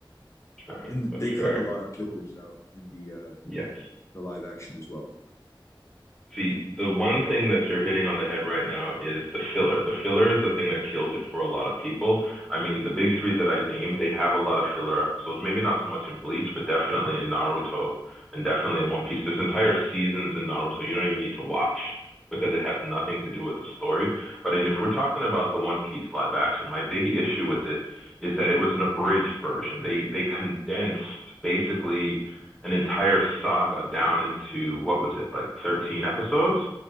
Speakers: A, in the centre; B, on the left.
A: sorry.
B: And
A: That's
B: they cut
A: fair.
B: a lot of fillers out in the uh,
A: Yes.
B: the live action as well.
A: See, the one thing that you're hitting on the head right now is the filler. The filler is the thing that kills it for a lot of people. I mean, the big three that I named, they have a lot of filler episodes. Maybe not so much in Bleach, but definitely in Naruto and definitely in One Piece. There's entire seasons in Naruto you don't even need to watch because it has nothing to do with the story. But and if we're talking about the One Piece live action, my big issue with it is that it was an abridged version. They they condensed basically an entire saga down into what was it like 13 episodes,